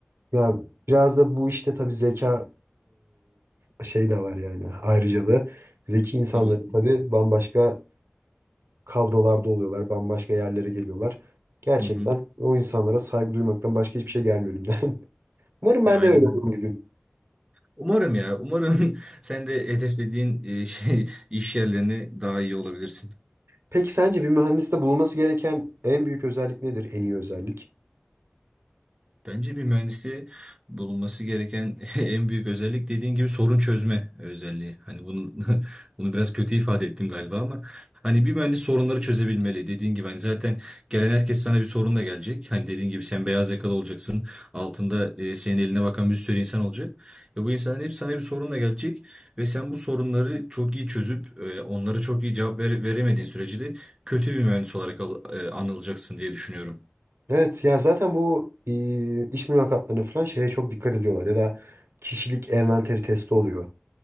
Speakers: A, on the right; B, on the right.
A: Ya biraz da bu işte tabii zeka e, şey de var yani ayrıcalığı. Zeki insanların
B: Tabii.
A: tabii bambaşka kadrolarda oluyorlar, bambaşka yerlere geliyorlar. Gerçekten
B: Hı hı.
A: o insanlara saygı duymaktan başka hiçbir şey gelmiyor elimden. <laughs> Umarım ben
B: Ya aynen.
A: de öyle
B: öyle.
A: olurum bir gün.
B: Umarım ya. Umarım <laughs> sen de hedeflediğin e, şey iş yerlerini daha iyi olabilirsin.
A: Peki sence bir mühendiste bulunması gereken en büyük özellik nedir? En iyi özellik?
B: Bence bir mühendisi bulunması gereken <laughs> en büyük özellik dediğin gibi sorun çözme özelliği. Hani bunu <laughs> bunu biraz kötü ifade ettim galiba ama hani bir mühendis sorunları çözebilmeli. Dediğin gibi hani zaten gelen herkes sana bir sorunla gelecek. Hani dediğin gibi sen beyaz yakalı olacaksın. Altında e, senin eline bakan bir sürü insan olacak. Ve bu insanların hep sana bir sorunla gelecek ve sen bu sorunları çok iyi çözüp e, onlara çok iyi cevap vere- veremediğin sürece de kötü bir mühendis olarak al- e, anılacaksın diye düşünüyorum.
A: Evet ya zaten bu e, iş mülakatlarına falan şeye çok dikkat ediyorlar ya da kişilik envanteri testi oluyor.